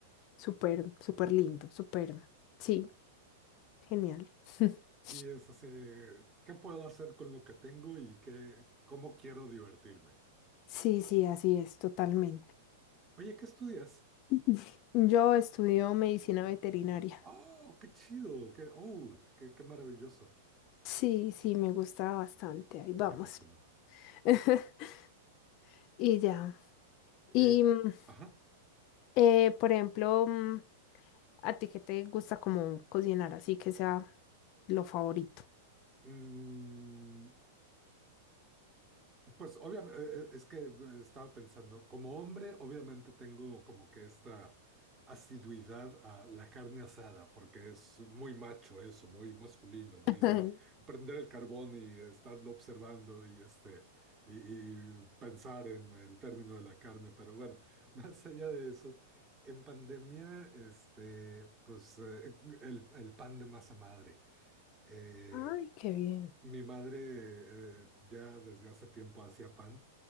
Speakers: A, on the left; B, on the right.
A: Súper, súper lindo, súper, sí, genial. <laughs>
B: Y es así, ¿qué puedo hacer con lo que tengo y qué, cómo quiero divertirme?
A: Sí, sí, así es, totalmente.
B: Oye, ¿qué estudias?
A: <laughs> Yo estudio medicina veterinaria.
B: Oh, qué chido, qué, oh, qué, qué maravilloso,
A: Sí, sí, me gusta bastante, ahí vamos.
B: me imagino.
A: <laughs> Y ya. Y,
B: Eh,
A: mm,
B: ajá.
A: eh, por ejemplo, mm, ¿a ti qué te gusta como cocinar así que sea lo favorito?
B: Mm, Pues obviamente, es que eh, estaba pensando, como hombre, obviamente tengo como que esta asiduidad a la carne asada, porque es muy macho eso, muy masculino, muy
A: <laughs>
B: de prender el carbón y estarlo observando y este y, y pensar en el término de la carne. Pero bueno, <laughs> más allá de eso, en pandemia, este, pues eh, el, el pan de masa madre. Eh,
A: Ay, qué bien.
B: mi madre eh, ya desde hace tiempo hacía pan.